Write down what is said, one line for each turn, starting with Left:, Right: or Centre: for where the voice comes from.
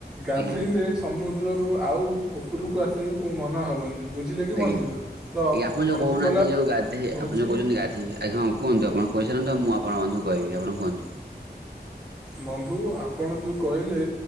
Centre: ଗାଧେଇଲେ
Right: ଆଜ୍ଞା
Centre: ସମୁ ଦ୍ରରୁ ଆଉ ଉପରକୁ ଆସିବାକୁ କୋଉ ମନ ହବନି। ବୁଝିଲେ କି
Right: ଆଜ୍ଞା
Centre: ବନ୍ଧୁ
Right: ଆଜ୍ଞା
Centre: ତ
Right: ଆପଣ
Centre: ଭୋଜି
Right: ଯୋଉ କହୁନାହାନ୍ତି
Centre: କଲା
Right: ଯୋଉ ଗାଧେ
Centre: ଭୋଜି
Right: ଆପଣ ଯୋଉ କହୁଛନ୍ତି ଗାଧୋଇକି ଆଜ୍ଞା ହଁ। କୁହନ୍ତୁ ଆପଣ କହିସାରନ୍ତୁ ମୁଁ ଆପଣଙ୍କ ବନ୍ଧୁଙ୍କୁ କହିବି ଆପଣ କୁହନ୍ତୁ।
Centre: ବନ୍ଧୁ ଆପଣ ଯୋଉ କହିଲେ